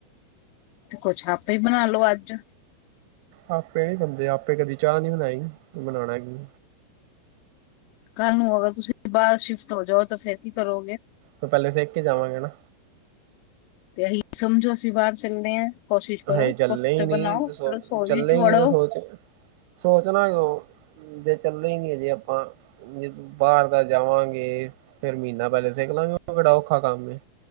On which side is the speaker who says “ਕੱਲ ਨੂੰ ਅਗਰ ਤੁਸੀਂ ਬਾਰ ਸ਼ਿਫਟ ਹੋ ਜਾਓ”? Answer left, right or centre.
Left